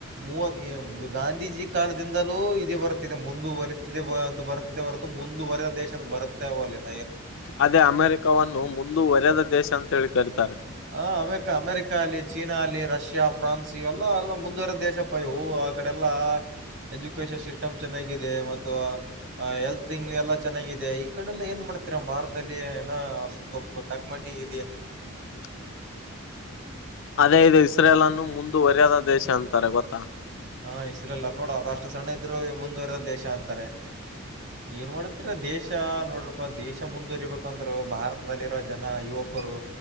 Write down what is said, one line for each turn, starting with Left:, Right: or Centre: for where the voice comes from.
Right: ಮೂವತ್ ಗಾಂಧೀಜಿ ಕಾಲದಿಂದಲೂ ಇ ಬರ್ತಿದೆ ಮುಂದುವರೆತಿದೆ ಅಂತ ಬರ್ತಿದೆ ಬರುತ ಮುಂದುವರೆದ ದೇಶ ಬರುತ್ತವಲ್ಲ
Left: ಅದೇ ಅಮೆರಿಕವನ್ನು ಮುಂದುವರದ ದೇಶ ಅಂತೇಳಿ ಕರೀತಾರೆ
Right: ಹ ಅಮೆಕ ಅಮೆರಿಕ ಅಲ್ಲಿ ಚೀನಾ ಅಲ್ಲಿ ರಷ್ಯಾ ಫ್ರಾನ್ಸ್ ಇವೆಲ್ಲ ಎಲ್ಲ ಮುಂದುವರೆ ದೇಶಪ್ಪ ಇವು ಆಡೆಲ್ಲ ಎಜುಕನ್ ಸ್ಟಮ್ ಚೆನ್ನಾಗಿದೆ ಮತ್ತು ಹೆಲ್ಂಗ ಎಲ್ಲ ಚೆನ್ನ ಈ ಕಡೆಲ್ಲ ಏನ್ ಮಾಡ್ತೀರ ಭಾರದಲ್ಲಿ ಏನ ತಕ ತಕಮಟಿ ಇದಾ
Left: <unintelligible> ಅದೇ ಇದು ಇಸ್ರೇಲ್ ಅನ್ನು ಮುಂದುವರಯದ ದೇಶ ಅಂತಾರೆ ಗೊತ್ತಾ
Right: ಹಾ ಇಸ್ರಲ್ಲ ನೋಡ ಅದು ಅಷ್ಟು ಸಣ್ಣ ಇದ್ರು ಮುಂದುವರೆದ ದೇಶ ಅಂತಾರೆ ಏನ್ ಮಾಡತಿರ ದೇಶ ನೋಡ್ರಪಾ ದೇಶ ಮುಂದುವರಿಬೇಕಂದ್ರು ಭಾರತದಲ್ಲಿ ಜನ ಯುವಕರು